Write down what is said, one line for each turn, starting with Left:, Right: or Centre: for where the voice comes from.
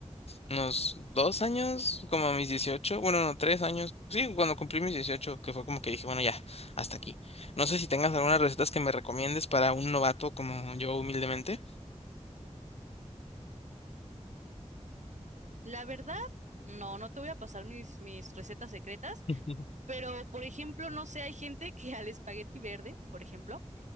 Left: unos dos años, como a mis dieciocho bueno, no, tres años. Sí, cuando cumplí mis 18 que fue como que dije, bueno, ya, hasta aquí. No sé si tengas algunas recetas que me recomiendes para un novato como yo humildemente.
Right: La verdad, no, no te voy a pasar mis, mis recetas secretas,
Left: <laughs>
Right: pero por ejemplo, no sé, hay gente que al espagueti verde, por ejemplo,